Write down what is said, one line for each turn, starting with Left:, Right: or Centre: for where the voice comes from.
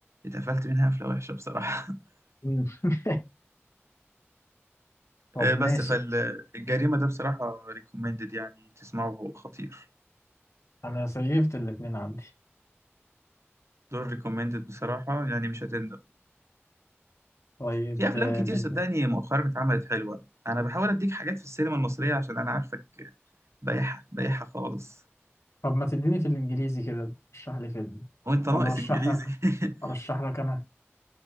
Right: اتقفلت منها قفله وحشه بصراحه <laughs>
Left: مم. <laughs> طب
Right: آه، بس
Left: ماشي
Right: فالجريمه ده بصراحه ريكومندد يعني تسمعه هو خطير
Left: انا سيفت الاتنين عندي
Right: دول ريكومندد بصراحه يعني مش هتندم
Left: طيب
Right: في افلام
Left: آه،
Right: كتير
Left: بال...
Right: صدقني مؤخرا اتعملت حلوه انا بحاول اديك حاجات في السينما المصريه عشان انا عارفك بايحه بايحه خالص
Left: طب ما تديني في الانجليزي كده اشرح لي فيلم
Right: وانت
Left: ولا
Right: ناقص
Left: ارشح
Right: انجليزي
Left: لك
Right: <laughs>
Left: ارشح لك انا